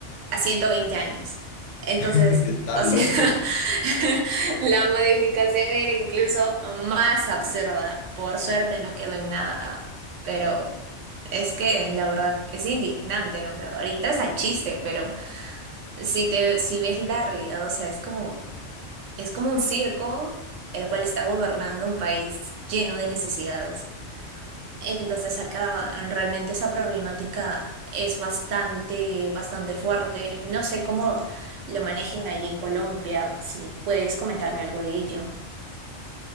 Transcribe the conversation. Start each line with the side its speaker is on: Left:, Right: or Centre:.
Right: a ciento veinte años. Entonces,
Left: <laughs> Está
Right: o
Left: loco.
Right: sea, <laughs> la modificación era incluso más absurda. Por suerte no quedó en nada, pero es que la verdad es indignante, ¿no? Ahorita es a chiste, pero si te, si ves la realidad, o sea, es como, es como un circo el cual está gobernando un país lleno de necesidades. Entonces acá realmente esa problemática es bastante, bastante fuerte. No sé cómo lo manejen allí en Colombia, si puedes comentarme algo de ello.